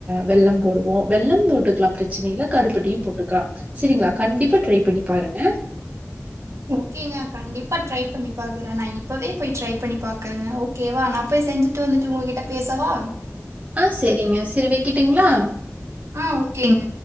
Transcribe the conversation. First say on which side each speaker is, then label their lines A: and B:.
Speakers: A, on the right; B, on the right.
A: வெல்லம் போடுவோ வெல்லம் போட்டுக்லா பிரச்சனையில்ல கருப்பட்டியு போட்டுக்லா சரிங்களா கண்டிப்பா ட்ரை பண்ணி பாருங்க
B: ஓகேங்க கண்டிப்பா ட்ரை பண்ணி பாக்கறே நா இப்பவே போய் ட்ரை பண்ணி பாக்கறங்க ஓ கேவா நா போய் செஞ்சிட்டு வந்துட்டு உங்ககிட்ட பேசவா
A: ஆ செரிங்க செரி வெக்கட்டுங்ளா
B: ஆ ஓகேங்க